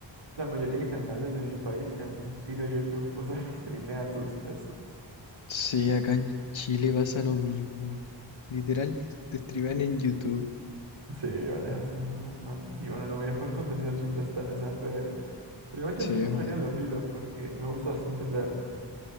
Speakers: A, on the right (about 65°); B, on the left (about 80°).
A: la mayoría de canales de mi país se han ido a YouTube, o sea, <laughs> streamean sus... Eso.
B: Sí, acá en Chile pasa lo mismo. Literal, te streamean en YouTube.
A: Sí, vale, <laughs> haciendo mal. Y bueno, lo mejor contenido siempre está en esas redes. Pero igual yo
B: Sí,
A: sí cogería
B: es verdad.
A: los
B: Bueno,
A: libros porque me gusta bastante leer.